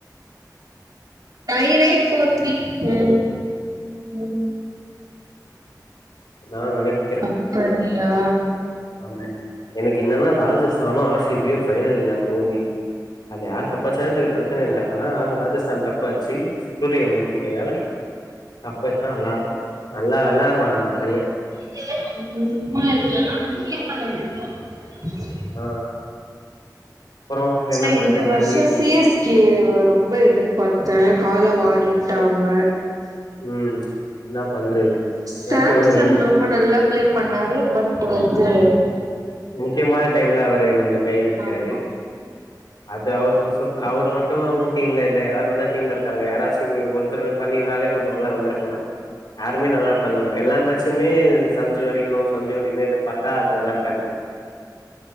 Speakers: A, on the right; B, on the left.
A: நைன் எய்ட் ஃபோர் த்ரீ ம் ம்
B: நா நெனைக்கிறே
A: அப்படியா
B: ஆமா எனக்கு என்னனா ராஜஸ்தானு ஆர் சிப் பியு ஃபைனல்ல மோதி அங்க யாரு கப்பட்ச்சாந்த பிற பிரச்சனல ஆனா அது ராஜஸ்தான்க் கப்பாச்சி சூரியவம்சி கையால கப்பட்ச்சா நல்லாருக்கு நல்லா வெளார்றா அந்த பைய
A: <unintelligible>
B: ஆ அப்புறோ
A: க்சுலா
B: என்ன பண்றீங்க
A: இந்த வருஷ
B: வீ
A: சி எஸ் கே வ ரொம்ப எதிர்பாத்த கால வாரிட் ட்டாங்க
B: ம் என்ன பண்றது ஏதாச்சு
A: சாம்சன்
B: ஒரு ரெண்டு
A: ரொம்ப நல்லா பிளே பண்ணாரு பட் வந்து
B: முக்கியமான டைம்ல அவரு நம்ள கைவிட்டாரு
A: ஆமா
B: அது அவுர்து சொன் அவுர் மட்டு உன் டீம்லந்தா யாராது வந்தா டீம்லருக்காங்க யாராச்சு ஒருத்தரு பண்ணியிருந்தாலே கொஞ்ச நல்லா வந்திருக்லா அ தம்பி நல்லா பண்ணும் எல்லா மேச்சுமே சஞ்சு அடிக்கணு சஞ்சு அடிக்கனு எதிர்பார்த்தா அது நல்லாருக்காது